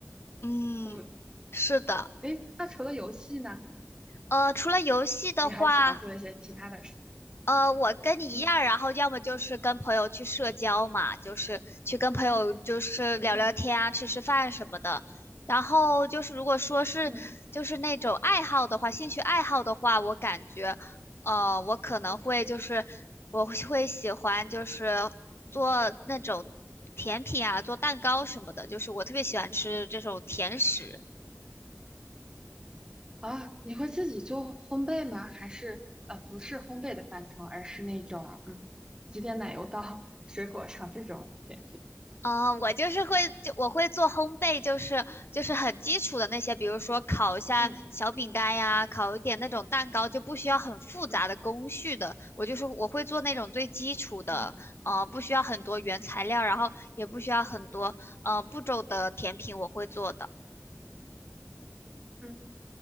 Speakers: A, on the left (about 50°); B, on the right (about 15°).
A: 嗯，
B: 嗯，
A: 是的，
B: 哎，那除了游戏呢，
A: 呃，除了游戏的话。
B: 你还喜欢做一些其他的事情吗？
A: 呃，我跟你一样，
B: 嗯
A: 然后要么就是跟朋友去社交嘛，就是去跟朋友就是聊聊天啊，
B: 嗯。
A: 吃吃饭什么的。然后就是如果说是就是那种爱好的话，
B: 嗯
A: 兴趣爱好的话，我感觉，呃，我可能会就是我会会喜欢就是做那种甜品啊，做蛋糕什么的，就是我特别喜欢吃这种甜食。
B: 啊，你会自己做烘焙吗？还是呃，不是烘焙的范畴，而是那种嗯，挤点奶油到 <laughs> 水果上这种甜品？
A: 啊、我就是会就我会做烘焙，就是就是很基础的那些，比如说烤一下小饼干呀，
B: 嗯
A: 烤一点那种蛋糕，就不需要很复杂的工序的。
B: 嗯
A: 我就是我会做那种最基础的，
B: 嗯
A: 呃，不需要很多原材料，然后也不需要很多呃步骤的甜品，我会做的。
B: 嗯，嗯